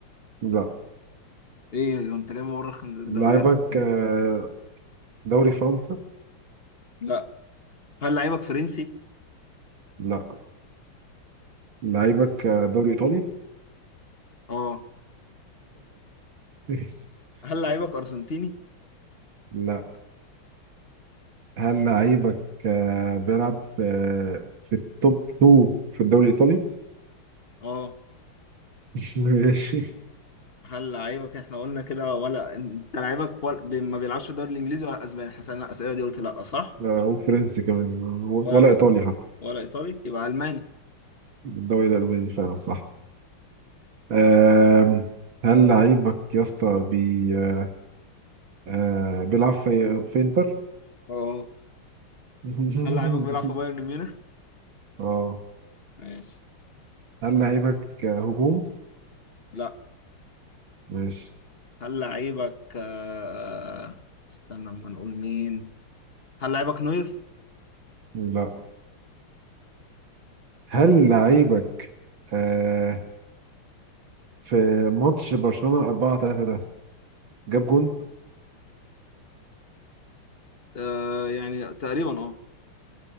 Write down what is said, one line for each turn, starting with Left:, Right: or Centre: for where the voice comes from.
Right: لا
Left: ايه انت جايبه بره خم- الدوريات
Right: لعيبك
Left: إيه؟
Right: آه دوري فرنسا
Left: لا هل لعيبك فرنسي
Right: لا لعيبك آه دوري ايطالي
Left: اه
Right: <laughs>
Left: هل لعيبك ارجنتيني
Right: لا هل لعيبك آه، بيلعب في في التوب 2 في الدوري الإيطالي؟
Left: اه
Right: <laughs> ماشي
Left: هل لعيبك احنا قلنا كده ولا انت لعيبك ولا... ما بيلعبش في الدوري الانجليزي ولا اسباني احنا سالنا الاسئله دي قلت لا صح
Right: لا، هو فرنسي كمان
Left: ولا
Right: ولا
Left: الف...
Right: إيطالي حتى
Left: ولا ايطالي يبقى الماني
Right: الدوري الألماني فعلا صح آم، هل لعيبك يا اسطى بي آه، آه، بيلعب في في إنتر؟
Left: اه
Right: <laughs>
Left: هل لعيبك بيلعب في بايرن ميونخ
Right: اه
Left: ماشي
Right: هل لعيبك آه، هجوم؟
Left: لا
Right: ماشي
Left: هل لعيبك آه، استنى ما نقول مين هل لعيبك نوير
Right: لا هل لعيبك آه، في ماتش برشلونة 4 3 ده جاب جون؟
Left: آه يعني تقريبا اه